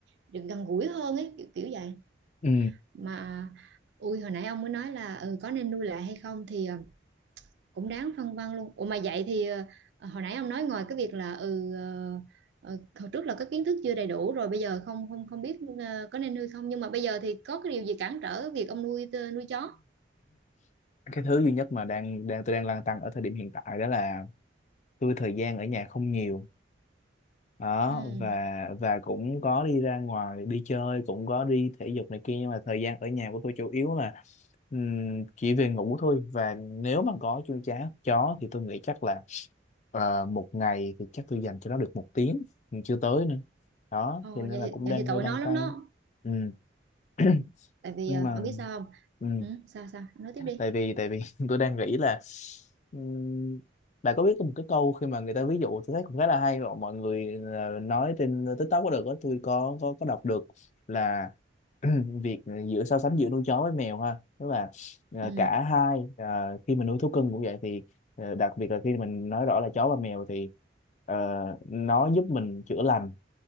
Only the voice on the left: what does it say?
ừ
cái thứ duy nhất mà đang đang tôi đang lăn tăn ở thời điểm hiện tại đó là tôi thời gian ở nhà không nhiều đó
và và cũng có đi ra ngoài đi chơi cũng có đi thể dục này kia nhưng mà thời gian ở nhà của tôi chủ yếu là ừm, chỉ về ngủ thôi và nếu mà có chuông chá chó thì tôi nghĩ chắc là ờ, một ngày thì chắc tôi dành cho nó được một tiếng nhưng chưa tới nữa đó
thì nên
là cũng
đang
hơi lăn
tăn
ừ. <clears throat>
nhưng
mà
ừ
tại vì tại vì <laughs> tôi đang nghĩ là ừm, bạn có biết có một cái câu khi mà người ta ví dụ tôi thấy cũng khá là hay mà mọi người ờ, nói trên TikTok có được đó tôi có có có đọc được là <clears throat> việc giữa so sánh giữa nuôi chó với mèo ha tức là ờ,
cả hai ờ, khi mình nuôi thú cưng cũng vậy thì ờ, đặc biệt là khi mình nói rõ là chó và mèo thì ờ, nó giúp mình chữa lành